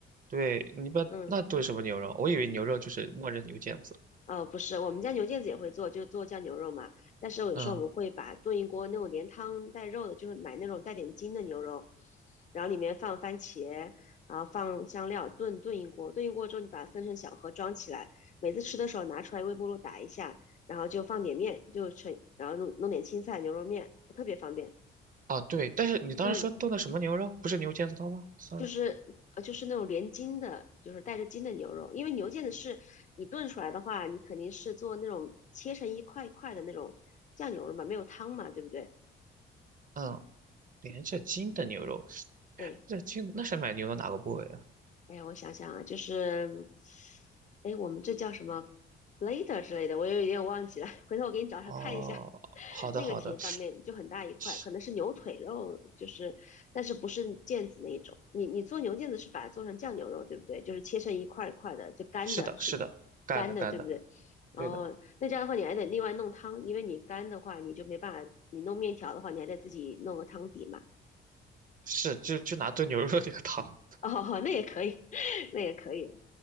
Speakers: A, on the right; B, on the left.
A: 对，你把那炖什么牛肉？
B: 嗯。
A: 我以为牛肉就是默认牛腱子，
B: 呃，不是，我们家牛腱子也会做，就做酱牛肉嘛。但是有时候我们会把炖一锅那种连汤带肉的，
A: 嗯，
B: 就是买那种带点筋的牛肉，然后里面放番茄，然后放香料炖炖一锅，炖一锅之后你把它分成小盒装起来，每次吃的时候拿出来微波炉打一下，然后就放点面，就成，然后弄弄点青菜牛肉面，特别方便。
A: 啊，对，但是你当时说炖的什么牛肉？
B: 嗯。
A: 不是牛腱子汤吗？sorry，
B: 就是呃就是那种连筋的，就是带着筋的牛肉，因为牛腱子是你炖出来的话，你肯定是做那种切成一块一块的那种酱牛肉嘛，没有汤嘛，对不对？
A: 嗯。连着筋的牛肉，
B: 对。
A: 哎这筋那是买牛的哪个部位啊？
B: 哎呀，我想想啊，就是，哎，我们这叫什么 blader 之类的，我有点忘记了，<laughs> 回头我给你找找看一下。
A: 哦，
B: <laughs>
A: 好的好的，
B: 那个挺方便，就很大一块，
A: 是
B: 可能是牛腿肉，就是，但是不是腱子那一种。你你做牛腱子是把它做成酱牛肉，对不对？就是切成一块儿一块儿的，就干的是吗
A: 是的是的，干的干的，
B: 干的，对不对？哦，
A: 对的，
B: 那这样的话你还得另外弄汤，因为你干的话你就没办法，你弄面条的话你还得自己弄个汤底嘛。
A: 是就就拿炖牛肉那个汤，
B: <laughs> 哦，那也可以，<laughs> 那也可以，